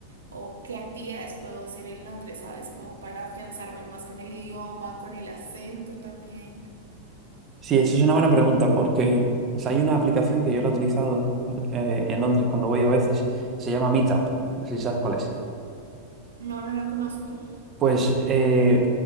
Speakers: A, on the right; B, on the right.
A: o qué actividades puedo hacer en Londres, ¿sabes? Como para afianzarme más con el idioma, con el acento también.
B: Sí, eso es una buena pregunta porque o sea, hay una aplicación que yo la he utilizado eh, en Londres cuando voy a veces, se llama Meetup, no sé si sabes cuál es.
A: No, no la conozco.
B: Pues eh,